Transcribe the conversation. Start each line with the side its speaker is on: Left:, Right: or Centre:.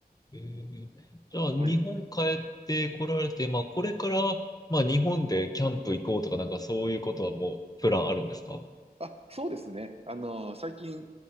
Left: ええじゃあ、日本帰ってこられて、
Right: はい。
Left: まあ、これから、まあ、日本でキャンプ行こうとか、なんかそういうことはもう、プランあるんですか
Right: あ、そうですね。あの、最近、